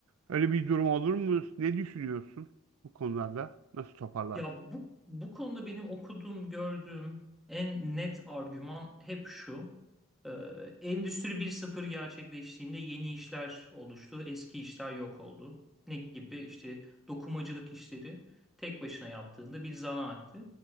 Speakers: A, on the right; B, in the centre.
A: öyle bir durum olur mu? Ne düşünüyorsun bu konularda? Nasıl toparlarsın?
B: Ya bu bu konuda benim okuduğum, gördüğüm en net argüman hep şu. Ee, Endüstri bir sıfır gerçekleştiğinde yeni işler oluştu, eski işler yok oldu. Ne gibi? İşte dokumacılık işleri tek başına yaptığında bir zanaatti.